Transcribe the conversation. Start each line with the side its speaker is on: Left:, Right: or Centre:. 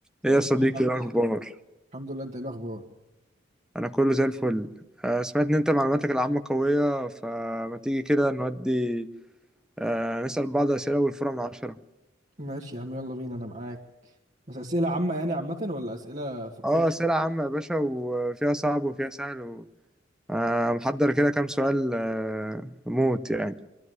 Centre: ايه
Right: ايه
Centre: يا
Right: الاخبار
Centre: صديقي
Right: عامل
Centre: ايه الاخبار
Right: ايه الحمد لله انت ايه الاخبار
Centre: انا كله زي الفل آه، سمعت ان انت معلوماتك العامة قوية فما تيجي كده نودي آه، نسأل بعض اسئلة والفورة من عشرة
Right: ماشي يا عم يلا بينا انا معاك بس اسئله عامه يعني عامه ولا اسئله في الكون
Centre: اه اسئلة عامة يا باشا وفيها صعب وفيها سهل و... آه، محضر كده كام سؤال آه، موت يعني